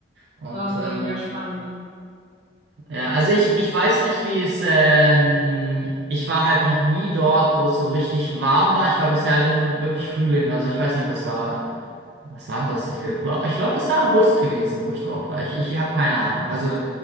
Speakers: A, on the right; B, on the right.
A: Und
B: Wahnsinn,
A: ähm,
B: ja spannend.
A: ja, also ich, ich weiß nicht, wie es, ähm, ich war halt noch nie dort, wo es so richtig warm war. Ich war bisher halt nur wirklich Frühling. Also ich weiß nicht, was war, was war denn das? Ich glaube, ich glaub, das war August gewesen, wo ich dort war. Ich, ich habe keine Ahnung. Also